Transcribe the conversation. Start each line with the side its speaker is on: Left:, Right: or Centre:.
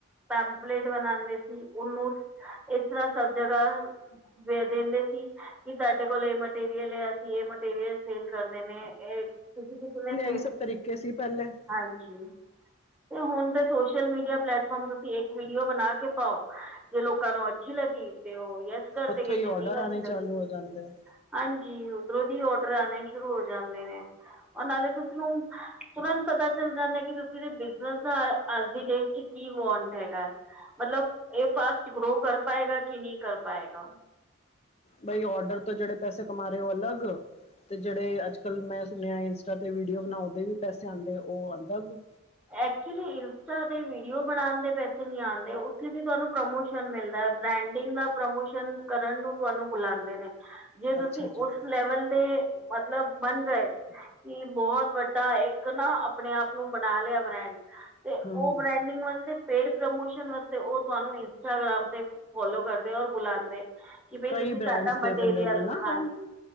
Centre: ਪੈਂਪਲੇਟ ਬਣਾਂਦੇ ਸੀ, ਉਹਨੂੰ ਇਸ ਤਰ੍ਹਾਂ ਸਭ ਜਗ੍ਹਾ ਦੇ ਦਿੰਦੇ ਸੀ, ਕੀ ਸਾਡੇ ਕੋਲ਼ ਇਹ ਮਟੀਰੀਅਲ ਆ ਇਹ ਮਟੀਰੀਅਲ ਸੇਲ ਕਰਦੇ ਨੇ, ਇਹ ਤੁਸੀਂ ਕਿਸੇ ਨੇ ਸੇਲ
Left: ਇਹ ਸਭ ਤਰੀਕੇ ਸੀ ਪਹਿਲੇ।
Centre: ਹਾਂਜੀ, ਤੇ ਹੁਣ ਤੇ ਸੋਸ਼ਲ ਮੀਡੀਆ ਪਲੇੈਟਫਾਰਮ ਤੁਸੀਂ ਇੱਕ ਵੀਡੀਓ ਬਣਾ ਕੇ ਪਾਓ। ਜੇ ਲੋਕਾਂ ਨੂੰ ਅੱਛੀ ਲੱਗੀ ਤੇ ਉਹ ਯਸ ਕਰ
Left: ਉੱਥੋਂ
Centre: ਦੇਗੇ
Left: ਹੀ
Centre: ਜੇ
Left: ਔਡਰ
Centre: ਨਹੀਂ
Left: ਆਉਣੇ
Centre: ਅੱਛੀ ਲੱਗੀ
Left: ਚਾਲੂ ਹੋ ਜਾਂਦੇ ਆ
Centre: ਹਾਂਜੀ, ਉਧਰੋਂ ਦੀ ਆਰਡਰ ਆਣੇ ਸ਼ੁਰੂ ਹੋ ਜਾਂਦੇ ਨੇ ਉਹ ਨਾਲੇ <unintelligible> ਤੁਰੰਤ ਪਤਾ ਚਲ ਜਾਂਦਾ ਐ ਇਸ ਵੇਲੇ ਬਿਜਨਸ ਦਾ ਅੱਜ ਦੀ ਡੇਟ ਵਿੱਚ ਕੀ ਵਾਂਟ ਹੈਗਾ। ਮਤਲਬ ਇਹ ਫਾਸਟ ਗਰੋ ਕਰ ਪਾਏਗਾ ਕਿ ਨਹੀਂ ਕਰ ਪਾਏਗਾ।
Left: ਬਈ ਆਰਡਰ ਤੋਂ ਜਿਹੜੇ ਪੈਸੇ ਕਮਾ ਰਹੇ ਉਹ ਅਲੱਗ ਤੇ ਜਿਹੜੇ ਅੱਜ ਕੱਲ੍ਹ ਮੈਂ ਸੁਣਿਆ ਇੰਸਟਾ ਤੇ ਵੀਡੀਓ ਬਣਾਓ ਊਦੇ ਵੀ ਪੈਸੇ ਆਂਦੇ ਉ ਅਲੱਗ।
Centre: ਐਕਚੁਲੀ ਇੰਸਟਾ ਤੇ ਵੀਡੀਓ ਬਣਾਣ ਦੇ ਪੈਸੇ ਨਹੀਂ ਆਂਦੇ ਉੱਥੇ ਦੀ ਤੁਹਾਨੂੰ ਪ੍ਰਮੋਸ਼ਨ ਮਿਲਦਾ ਬ੍ਰਾਂਡਿੰਗ ਦਾ ਪ੍ਰਮੋਸ਼ਨ ਕਰਨ ਨੂੰ ਤੁਹਾਨੂੰ ਬੁਲਾਂਦੇ ਨੇ ਜੇ ਤੁਸੀਂ
Left: ਅੱਛਾ ਜੀ
Centre: ਉਸ ਲੈਵਲ ਦੇ ਮਤਲਬ ਬਣ ਗਏ। ਕਿ ਬਹੁਤ ਵੱਡਾ ਇੱਕ ਨਾ ਆਪਣੇ ਆਪ ਨੂੰ ਬਣਾ ਲਿਆ। ਬ੍ਰਾਂਡ, ਤੇ
Left: ਹਮ ਹਮ
Centre: ਉਹ ਬ੍ਰੈਂਡਿੰਗ ਵਾਸਤੇ ਪੇਡ ਪ੍ਰਮੋਸ਼ਨ ਵਾਸਤੇ ਉਹ ਤੁਹਾਨੂੰ ਇੰਸਟਾਗ੍ਰਾਮ ਤੇ ਫੋਲੋ ਕਰਦੇ ਔਰ ਬੁਲਾਂਦੇ ਕਿ ਬਈ
Left: ਕਈ
Centre: ਤੁਸੀਂ
Left: ਬ੍ਰਾਂਡਸ
Centre: ਸਾਡਾ
Left: ਦੇ
Centre: ਮਟੀਰੀਅਲ,
Left: ਦਿੰਦੇ ਨੇ ਨਾ
Centre: ਹਾਂਜੀ,
Left: ਕੰਮ